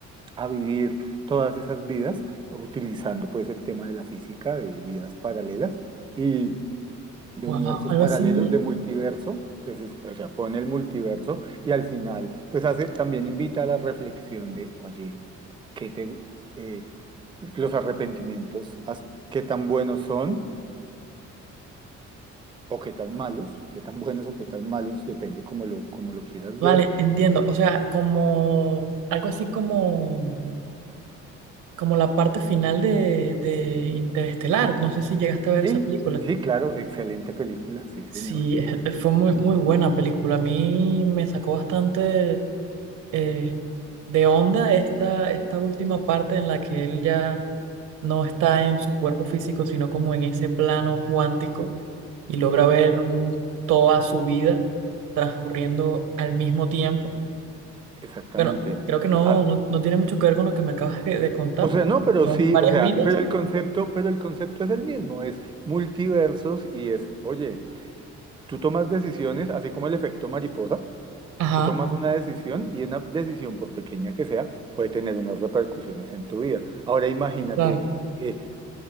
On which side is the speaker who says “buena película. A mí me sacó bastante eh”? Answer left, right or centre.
Right